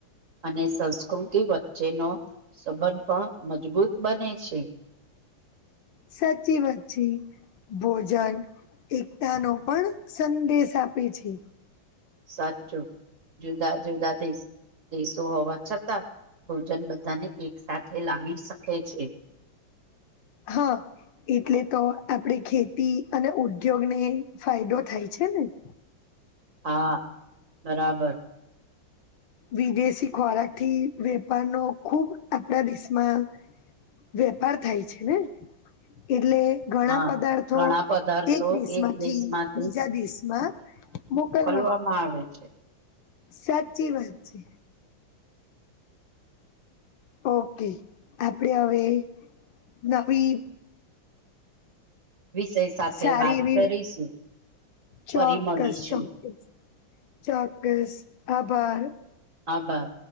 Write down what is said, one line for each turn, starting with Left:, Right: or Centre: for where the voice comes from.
Right: અને સંસ્કૃતિ વચ્ચેનો સંબંધ પણ મજબૂત બને છે.
Left: સાચીવાત છે ભોજન એકતા નો પણ સંદેશ આપે છે.
Right: સાચો જુદા જુદા દેશ દેશો હોવા છતાં ભોજન બધાને એક સાથે લાવી શકે છે.
Left: હા. એટલે તો આપડે ખેતી અને ઉદ્યોગને ફાયદો થાય છે ને. <inaudible>
Right: હા બરાબર.
Left: વિદેશી ખોરાકથી વેપારનો ખુબ આપણા દેશમાં. વેપાર થાય છે ને એટલે ઘણા
Right: હા
Left: પદાર્થો
Right: ઘણા પદાર્થો
Left: એક દેશ માં
Right: દેશમાંથી
Left: થી બીજા દેશ માં મોકલ
Right: વામાં આવે છે.
Left: સાચી વાત છે. ઓકે આપડે હવે નવી
Right: વિષય સાથે
Left: સારી
Right: વાત
Left: એવી
Right: કરીશું.
Left: ચોક્કસ
Right: ફરી મળીશું
Left: ચોક્કસ ચોક્કસ આભાર.
Right: આભર.